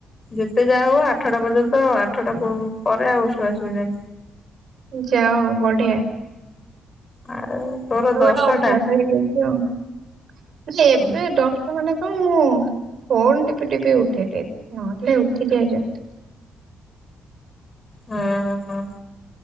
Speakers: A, on the left (about 30°); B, on the right (about 60°).
A: ଯେତେ ଯାହା ହେଉ ଆଠଟା ପର୍ଯ୍ୟନ୍ତ ଆଠଟା ପରେ ଆଉ ଶୁଆ ଶୁଇ ନାହିଁ।
B: ଯା ହେଉ ବଢିଆ।
A: ଆଉ ତୋର
B: ମୋର
A: ଦଶଟା
B: ଗୋଟେ ଅଭ୍ୟାସ ହେଇଯାଇଛି ଆଉ। ଏବେ
A: ହଁ
B: ଦଶଟା ମାନେ କନ ମୁଁ ଫୋନ୍ ଟିପି ଟିପି ଉଠେଇଦ ନହଲେ ଉଠି ଯିଆ ଯେମତି
A: ହଁ।